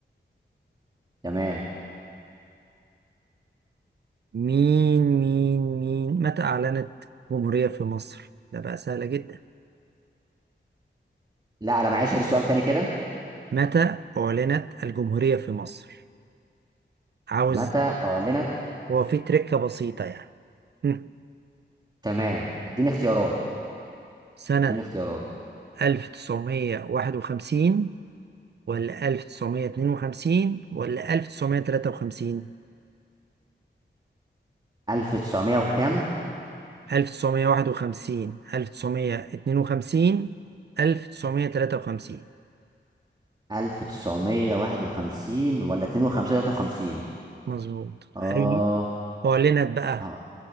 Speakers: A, on the right; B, on the right.
A: تمام
B: مين مين مين متى أعلنت الجمهورية في مصر؟ ده بقى سهلة جدا
A: لا انا معيش غير سؤال تاني كده
B: متى أعلنت الجمهورية في مصر؟ عاوز
A: متى اعلنت
B: هو في تركة بسيطة يعني هم.
A: تمام اديني اختيارات
B: سنة
A: اديني اختيارات
B: 1951 ولا 1952 ولا 1953
A: 1900 وكام
B: 1951 1952 1953
A: 1951 ولا 52 53
B: مظبوط
A: اه
B: هي أعلنت بقى
A: آه.